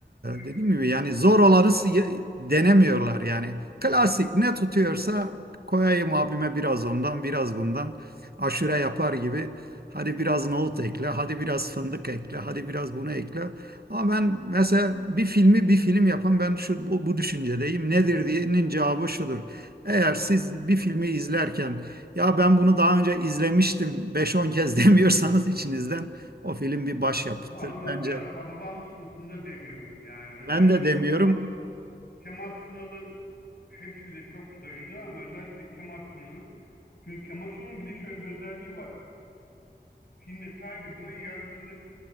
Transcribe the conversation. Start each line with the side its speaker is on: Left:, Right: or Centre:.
Left: Evet.
Right: dediğim gibi yani zor olanı s- ye- denemiyorlar yani. Klasik ne tutuyorsa koyayım abime biraz ondan biraz bundan. Aşure yapar gibi. Hadi biraz nohut ekle, hadi biraz fındık ekle, hadi biraz bunu ekle. Ama ben mesela bir filmi bir film yapan ben şu bu, bu düşüncedeyim. Nedir diyenin cevabı şudur. Eğer siz bir filmi izlerken ya ben bunu daha önce izlemiştim beş on kez <laughs> demiyorsanız içinizden o film bir başyapıttır.
Left: Valla
Right: Bence
Left: ben Hababam sınıfında demiyorum yani. Özellikle
Right: ben de demiyorum.
Left: o Kemal Kemal Sunal'ın hepsi de çok güzel oyuncular ama özellikle Kemal Sunal'ın. Çünkü Kemal Sunal'ın bir de şöyle bir özelliği var. Filmde sadece buna yaratıcılık